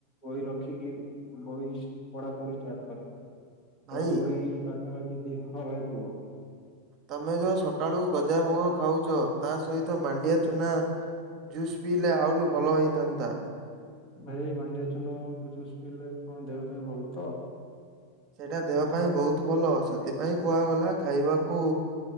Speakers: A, on the left; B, on the right.
A: ବହି ରଖିକି ବହି ପଢା ପଢି ଷ୍ଟାର୍ଟ କରେ।
B: ଭାଇ
A: ପଢାପଢି ପାଖାପାଖି ଦି ହଁ ଭାଇ କୁହ।
B: ତମେ ଯୋଉ ସକାଳୁ ଗଜା ମୁଗ ଖାଉଛ ତା ସହିତ ମାଣ୍ଡିଆ ଚୂନା ଜୁସ୍ ପିଇଲେ ଆହୁରି ଭଲ ହେଇଥାନ୍ତା।
A: ଭାଇ ଏ ମାଣ୍ଡିଆ ଚୁନା ଜୁସ୍ ପିଇଲେ କଣ ଦେହ ପାଇଁ ଭଲ ତ?
B: ସେଇଟା ଦେହ ପାଇଁ ବହୁତ ଭଲ ସେଥିପାଇଁ କୁହାଗଲା ଖାଇବାକୁ।